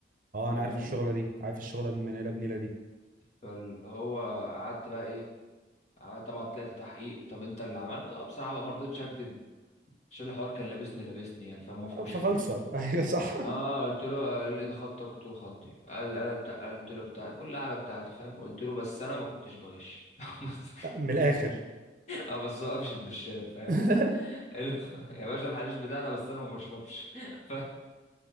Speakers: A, on the right (about 50°); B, on the left (about 40°).
A: اه
B: فاهمني
A: انا عارف الشغلة دي عارف الشغلة من هنا لبنيلة دي
B: فاللي هو قعدت بقى ايه قعدت طبعا طلعت تحقيق طب انت اللي عملته آه، بصراحه بقى ما رضيتش اكذب عشان الحوار كان لابسني لابسني يعني فما فيهوش
A: آه، فخلصة
B: فكر
A: <laughs> ايوه صح
B: اه قلت له قال لي ده خطك قلت له خطي قال قال بتاع- قلت له بتاع كل حاجه بتاعتي فاهم قلت له بس انا ما كنتش بغش <laughs> بس-
A: <laughs> من الاخر
B: اه بس هو قافش البرشام فاهم
A: <laughs>
B: قال له <laughs> يا باشا الحشيش بتاعنا بس انا ما بشربش <laughs> ف...